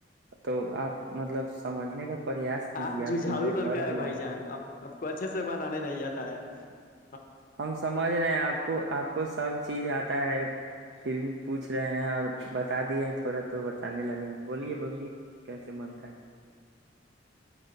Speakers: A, on the right (about 65°); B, on the left (about 50°).
A: تو آپ مطلب <unintelligible> کا پریاس کیجیے
B: آپ ججھاڑو
A: تو میرے
B: لڑکا
A: گھر بھی
B: ہے بھائی
A: آئے
B: جان آپ آپ کو اچھے سے بنانے نہیں جاتتے ت <unintelligible>
A: ہم سمجھ رہے ہیں آپ کو آپ کو سب چیز آتا ہے پھر بھی پوچھ پوچھ رہے ہیں اور بتا دیے تھوڑا تو بتانے لگے ہیں بولیے بلیے کیسے بنتا ہے